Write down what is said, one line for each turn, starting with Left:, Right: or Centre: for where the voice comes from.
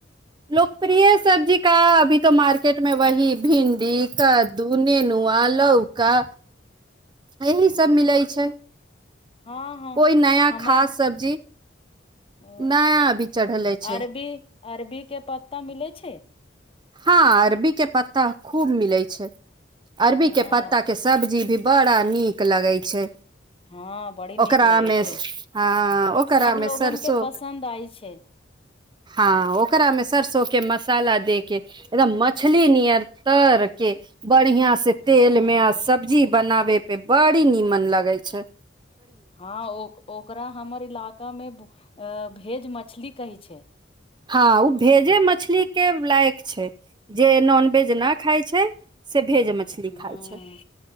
Right: लोकप्रिय सब्जी का अभी मार्के- केट मे वही भिन्डी त <inaudible> दू नेनुआ लौका
Left: हूँ
Right: यही सब मिलै छै
Left: हँ ह
Right: कोइ नया
Left: हमर
Right: खास सब्जी
Left: ओ
Right: नया अभी चढ़ले छै
Left: अरबी अरबी के पत्ता मिलै छै
Right: हँ अरबी के पत्ता खूब मिलै छै अरबी
Left: हँ
Right: के पत्ता के सब्जी भी - बड़ा नीक लगै छै
Left: हँ बड़ी नीक
Right: ओकरामे
Left: लगै छै
Right: हँ ओकरामे
Left: सब लोगन
Right: सरसों
Left: के पसन्द आइ छै
Right: हँ ओकरामे सरसों के मस्त- मसाला दे के एकद मछली नियर तरके बढ़िया से तेल
Left: हँ
Right: मे आ सब्जी बनावे पे बड़ी नीमन लगे अच्छा
Left: हँ ओ -ओकरा हमर इला- का मे अए भेज मछली कहै छै
Right: हँ ओ भेजे मछली के लायक छै जे नॉनवेज नहि खाय छै से भेज मछली
Left: हँ
Right: खाय छै